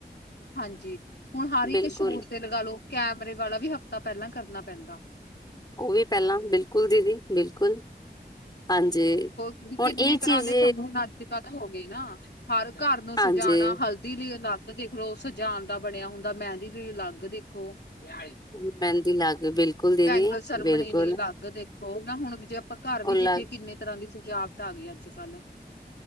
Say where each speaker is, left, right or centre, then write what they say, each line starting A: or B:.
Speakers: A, on the left; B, on the left.
A: ਹਾਂਜੀ, ਹੁਣ ਹਰ
B: ਬਿਲਕੁਲ
A: ਇੱਕ ਸ਼ੂਟ ਤੇ ਲਗਾਲੋ ਕੈਮਰੇ ਵਾਲਾ ਵੀ ਹਫ ਤਾਂ ਪਹਿਲਾਂ ਕਰਨਾ ਪੈਂਦਾ।
B: ਔਹ ਵੀ ਪਹਿਲਾਂ ਬਿਲਕੁਲ ਦੀਦੀ ਬਿਲਕੁਲ ਹਾਂਜੀ।
A: ਦੀਦੀ
B: ਹੁਣ
A: ਕਿੰਨੇ
B: ਇਹ
A: ਤਰ੍ਹਾਂ
B: ਚੀਜ਼
A: ਦੇ ਫੰਕਸ਼ਨ ਅੱਜ -ਕੱਲ ਹੋ ਗਏ ਨਾ, ਹਰ ਘਰ ਨੂੰ
B: ਹਾਂਜੀ
A: ਸਜਾਣਾ ਹਲਦੀ ਲਈ ਅਲੱਗ ਦੇਖ ਲੋ ਸਜਣ ਦਾ ਬਣਿਆ ਹੁੰਦਾ, ਮੈਂਦੀ ਲਈ ਅਲੱਗ ਦੇਖੋ, ਹਾਂਜੀ। <inaudible>
B: ਮਹਿੰਦੀ ਲੱਗ ਬਿਲਕੁਲ ਦੀਦੀ
A: ਬੈਂਗਲ ਸਰਮਣੀ
B: ਬਿਲਕੁਲ
A: ਲਈ ਅਲੱਗ ਦੇਖੋ, ਨਾ ਹੁਣ ਜੇ ਆਪਾਂ ਘਰ
B: ਉਹ
A: ਵੀ
B: ਲੱਗ
A: ਦੇਖੀਏ ਕਿੰਨੇ ਤਰ੍ਹਾਂ ਦੀ ਸਜਾਵਟ ਆ ਗਈ ਅੱਜ ਕੱਲ੍ਹ।